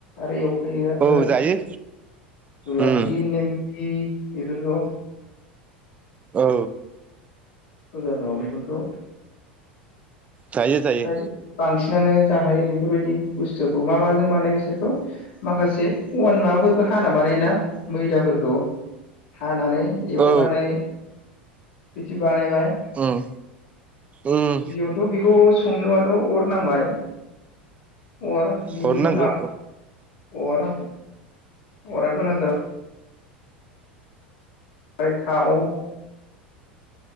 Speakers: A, on the left; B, on the right.
A: आरो एव होयो
B: औ
A: हो जुलाफि
B: जायो उम
A: मेम इ बेफोरखौ
B: औ
A: फुजाफ्राव बेफोरखौ
B: जायो जायो
A: फ्राय बांसिनानो जाहायो बे बेफोरबायदि बुस्थुखौ मा माजों बानायो बिसोरखौ माखासे अन माबाफोरखौ हाना बानायोना मैदाफोरखौ हानानै एवनानै
B: औ
A: फिथि बानायबाय
B: उम उम
A: बियावथ' बेखौ उननोबाद थ अर नांबाय अर बिनि
B: हरनांगौ
A: उनाव अरा अराथ' न जाब ओमफ्राय थाव